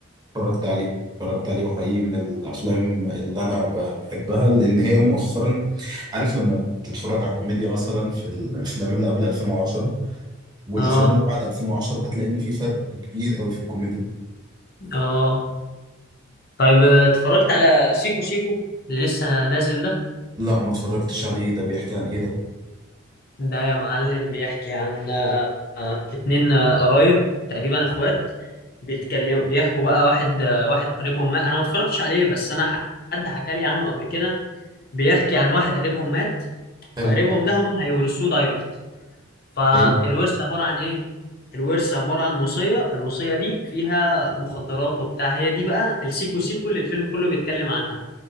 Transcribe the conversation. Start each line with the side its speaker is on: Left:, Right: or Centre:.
Right: اتفرجت عليه اتفرجت عليه وحقيقي من الافلام اللي انا ب- بحبها لان هي مؤخرا عارف لما تتفرج على الكوميديا مثلا في الافلام اللي قبل 2010 والافلام
Left: اه
Right: اللي بعد 2010 هتلاقي ان في فرق كبير قوي في الكوميديا
Left: اه طيب اتفرجت على سيكو سيكو اللي لسه نازل ده
Right: لا ما اتفرجتش عليه ده بيحكي عن ايه ده
Left: ده يا معلم بيحكي عن آه، آه، اتنين آه، قرايب تقريبا اخوات بيتكلموا بيحكوا بقى واحد آه، واحد قريبهم مات انا ما اتفرجتش عليه بس انا ح- حد حكى لي عنه قبل كده بيحكي عن واحد قريبهم مات فقريبهم
Right: حلو
Left: ده هم هيورثوه دايركت فالورث
Right: حلو
Left: عبارة عن ايه الورث عبارة عن وصية الوصية دي فيها مخدرات وبتاع هي دي بقى السيكو سيكو اللي الفيلم كله بيتكلم عنها